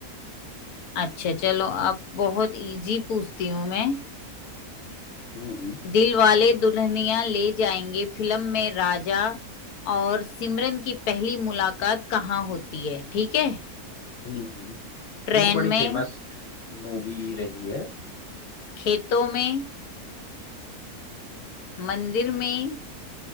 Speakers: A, on the left; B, on the left.
A: अच्छा चलो अब बहुत इजी पूछती हूँ मैं
B: हम्म हम्म
A: दिल वाले दुल्हनिया ले जाएंगे फिल्म में राजा और सिमरन की पहली मुलाकात कहाँ होती है ठीक है
B: हम्म। हम्म।
A: ट्रेन
B: ये तो बड़ी
A: में
B: फेमस मूवी रही है
A: खेतों में मंदिर में